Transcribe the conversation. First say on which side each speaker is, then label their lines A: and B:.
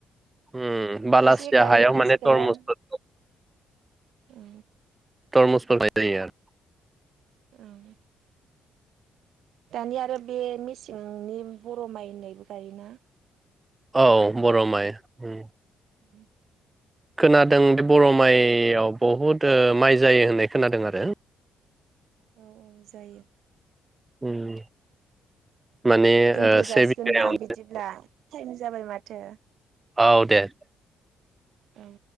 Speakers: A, on the right; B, on the right.
A: उम बालासिया
B: खायसे गायो
A: हायाव
B: खायसे
A: माने
B: गाया
A: थरमुजफोरखौ
B: औ
A: थरमुस फोनाय जायो आरो।
B: औ दानिया आरो बे मेसेंनि बर' माइ होननायबो गायोना।
A: औ बर' माइ उम
B: उ
A: खोनादों बे बर' माइआव बहुद ओ माइ जायो होननाय खोनादों आरो।
B: औ औ जायो।
A: उम माने
B: दोनथ'
A: ओ
B: जासिगोनदां
A: से बिघायाव
B: बिदिब्ला टाइम जाबाय माथो।
A: औ दे
B: औ